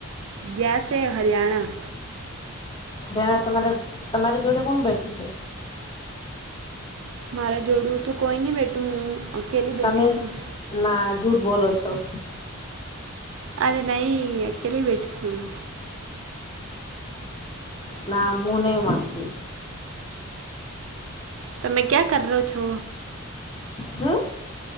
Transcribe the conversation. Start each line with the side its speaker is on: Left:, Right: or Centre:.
Right: ગયાસે હરિયાણા.
Left: રેણા તમારે તમારી જોડે કોણ બેઠું છે.
Right: મારા જોડું તોું કોઈ નહી, બેઠું હું અકેલી બેઠી
Left: તમે
Right: છું.
Left: ના જૂઠ, બોલોલો છો.
Right: અ નૈ કળવેટ સુંળ
Left: ના મૂને માંતી.
Right: તમે ક્યા કરો છો.
Left: હમ્મ